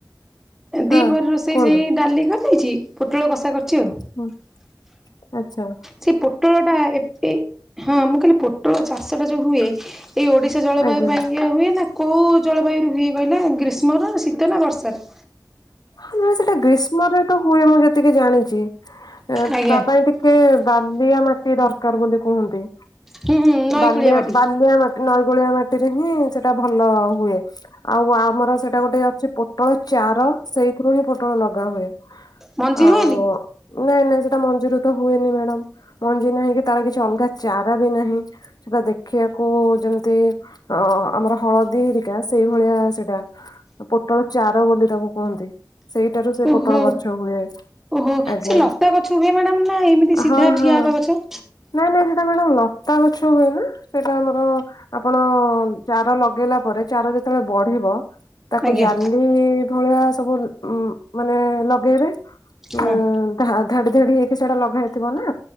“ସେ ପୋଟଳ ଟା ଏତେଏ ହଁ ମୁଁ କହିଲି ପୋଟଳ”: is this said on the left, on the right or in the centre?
Centre